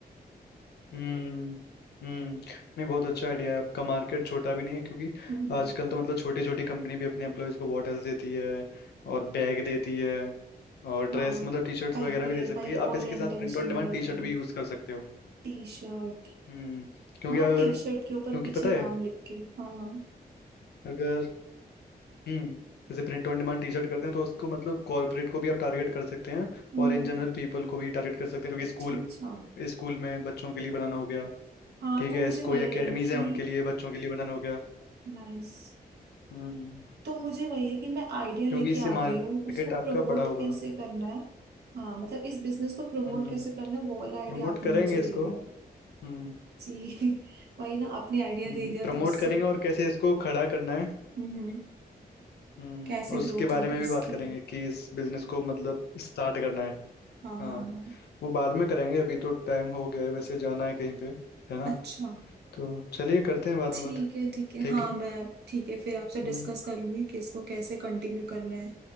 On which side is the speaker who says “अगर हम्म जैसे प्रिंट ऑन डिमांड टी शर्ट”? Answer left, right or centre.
Left